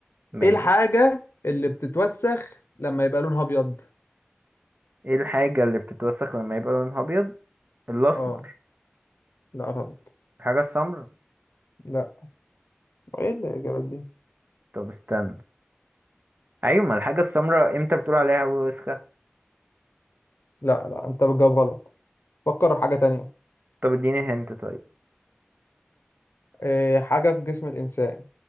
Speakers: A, on the right (about 50°); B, on the left (about 80°).
A: ماشي
B: ايه الحاجة اللي بتتوسخ لما يبقى لونها ابيض
A: ايه الحاجة اللي بتتوسخ لما يبقى لونها ابيض الاسمر
B: اه لا غلط
A: الحاجة السمراء
B: لا ايه الاجابات دي
A: طب استنى ايوه ما الحاجة السمراء امتى بتقول عليها وسخة
B: لا لا انت بتجاوب غلط فكر في حاجة تانية
A: طب اديني هنت طيب
B: إيه حاجة في جسم الانسان